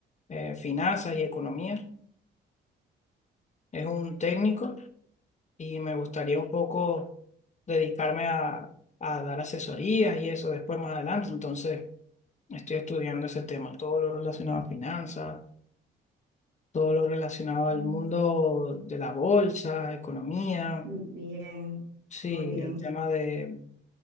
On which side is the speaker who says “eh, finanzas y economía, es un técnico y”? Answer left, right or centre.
Left